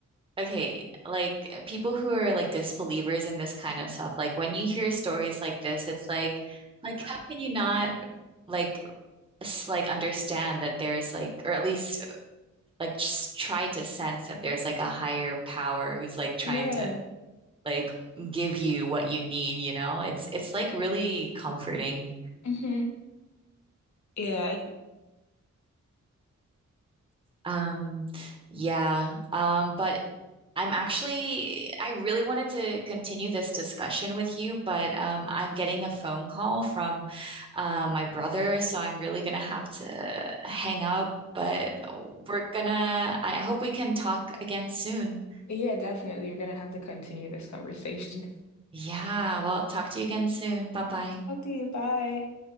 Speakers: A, on the right; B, on the left.
A: Okay, like uh, people who are like disbelievers in this kind of stuff, like when you hear stories like this, it's like, like how can you not like s- like understand that there's like, or at least like just try to sense that there's like a higher power who's like trying
B: Yeah.
A: to like give you what you need, you know? It's it's like really comforting.
B: hmm Yeah. I th-
A: Um, yeah. Um, but I'm actually, I really wanted to continue this discussion with you, but um, I'm getting a phone call from uh, my brother, so I'm really gonna have to hang up. But we're gonna, I hope we can talk again soon.
B: Yeah, definitely. You're gonna have to continue this conversation. <laughs>
A: Yeah, well, talk to you again soon. Bye bye.
B: Okay, bye.